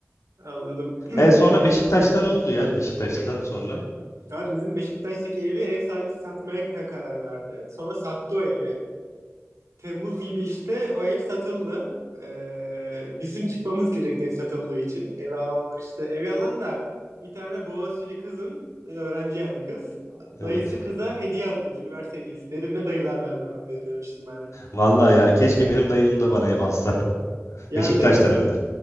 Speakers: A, on the right; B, on the left.
A: Anladım. <clears throat>
B: E sonra
A: Benim
B: Beşiktaş'tan oldu ya Beşiktaş'tan sonra.
A: ya bizim Beşiktaş'taki evi ev sahibi satmaya ka- karar verdi. Sonra sattı o evi. Temmuz gibi işte o ev satıldı. Ee, bizim çıkmamız gerekti ev satıldığı için. Evi alanlar işte. Evi alan da bir tane Boğaziçi'li kızın, e, öğrenci yani kız.
B: Evet.
A: Dayısı kıza hediye alıyormuş, üniversite hediyesi. Dedim ne dayılar ver be, dedim demiştim ben.
B: Vallahi ya keşke benim dayım da bana ev alsa. <laughs>
A: Ya
B: Beşiktaş'tan
A: bir de Beşik,
B: hem de.